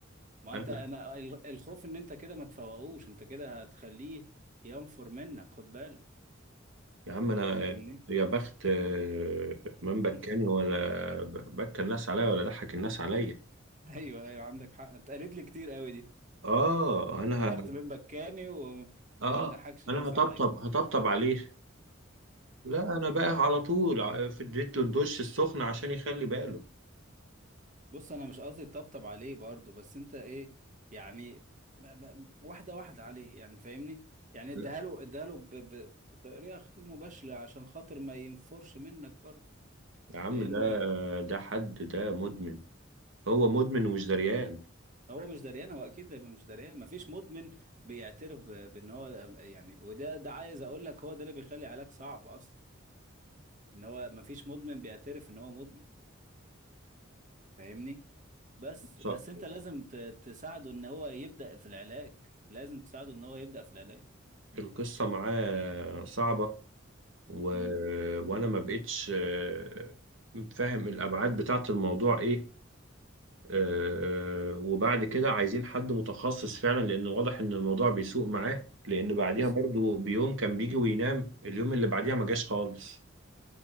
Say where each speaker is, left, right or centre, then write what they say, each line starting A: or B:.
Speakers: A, on the right (about 40°); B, on the right (about 70°).
A: ما
B: انا
A: انت انا ال- الخوف ان انت كده ما تفوقوش انت كده هتخليه ينفر منك خد بالك
B: يا عم انا
A: فاهمني
B: يا بخت آه، من بكاني
A: <laughs>
B: ولا ب- بكى الناس عليا ولا ضحك الناس عليا
A: ايوه ايوه عندك حق انت قالت لي كتير قوي دي
B: اه انا
A: يا بخت
B: ه...
A: من بكاني و...
B: اه
A: وما ضحكش الناس
B: انا هطبطب
A: عليا
B: هطبطب عليه لا انا بقى على طول ع- اديت له الدش السخن عشان يخلي باله
A: بص انا مش قصدي طبطب عليه برضه بس انت ايه يعني ما- ما- واحده واحده عليه يعني فاهمني يعني اديها
B: لا
A: له اديها له ب- ب- بطريقه غير مباشره عشان خاطر ما ينفرش منك برضه
B: يا عم
A: لان
B: ده ده حد ده مدمن هو مدمن ومش دريان
A: هو مش دريان هو اكيد هيبقى مش دريان مفيش مدمن بيعترف ب- بان هو يعني وده ده عايز اقول لك هو ده اللي بيخلي علاج صعب اصلا ان هو مفيش مدمن بيعترف ان هو مدمن فاهمني بس
B: ص-
A: بس انت لازم ت- تساعده ان هو يبدا في العلاج لازم تساعده ان هو يبدا في العلاج
B: القصة معاه صعبة و...
A: امم
B: وانا ما بقتش آه، فاهم الابعاد بتاعت الموضوع ايه آه، وبعد كده عايزين حد متخصص فعلا لان واضح ان الموضوع بيسوء معاه لان بعديها
A: بص
B: برضو بيوم كان بيجي وينام اليوم اللي بعديها ما جاش خالص